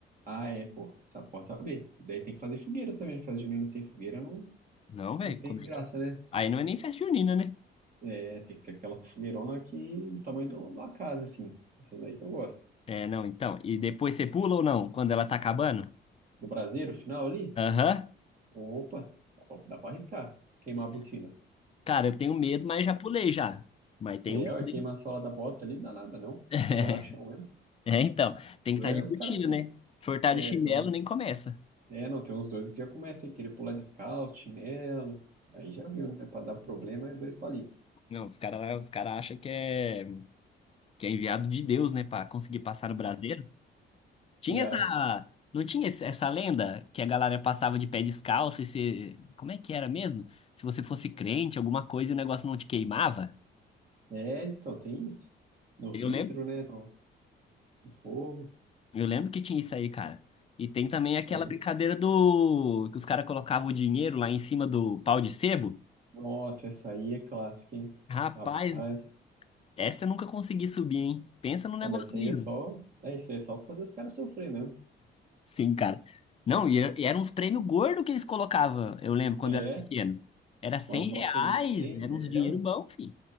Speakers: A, on the right; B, on the left.
A: Ah, é, pô. Sa- Posso saber. E daí tem que fazer fogueira também. Festa junina sem fogueira não,
B: Não, velho,
A: não tem
B: como é
A: graça,
B: que.
A: né?
B: Aí não é nem festa junina, né?
A: É, tem que ser aquela fogueirona que, do tamanho do- de uma casa, assim. Essas aí que eu gosto.
B: É, não, então. E depois você pula ou não? Quando ela tá acabando?
A: No braseiro final ali,
B: Aham.
A: opa, dá pra, dá pra arriscar. Queimar a botina.
B: Cara, eu tenho medo, mas já pulei já. Mas tenho
A: É,
B: medo,
A: ué, queimar
B: hein?
A: a sola da bota ali, dá nada não.
B: <laughs>
A: Um Borrachão mesmo.
B: É, então, tem
A: Dura
B: que estar de
A: é os
B: botina,
A: caras que.
B: né? Furtar
A: É,
B: de chinelo
A: tem uns.
B: nem começa.
A: É, não, tem uns doidos que já começam a querer pular descalço, chinelo. Aí já viu, né? Pra dar problema é dois palitos.
B: Não, os caras os cara acham que é, que é enviado de Deus, né, pra conseguir passar no braseiro.
A: Você
B: Tinha
A: acha?
B: essa. Não tinha esse- essa lenda que a galera passava de pé descalço e se. Como é que era mesmo? Se você fosse crente, alguma coisa e o negócio não te queimava?
A: É, então tem isso. No vidro,
B: Eu lembro,
A: né? No, no fogo.
B: eu lembro que tinha isso aí, cara. E tem também
A: Isso
B: aquela
A: aí.
B: brincadeira do. que os caras colocavam o dinheiro lá em cima do pau de sebo.
A: Nossa, essa aí é clássica, hein?
B: Rapaz,
A: Rapaz.
B: essa eu nunca consegui subir, hein? Pensa num negócio
A: Não, mas isso aí
B: liso.
A: é só. É, isso aí é só pra fazer os caras sofrer mesmo.
B: Sim, cara. Não, e, e eram uns prêmios gordos que eles colocavam, eu lembro, quando
A: É,
B: eu era pequeno. Era 100
A: umas notas
B: reais,
A: de 100,
B: era uns dinheiro
A: é, ué.
B: bom, filho.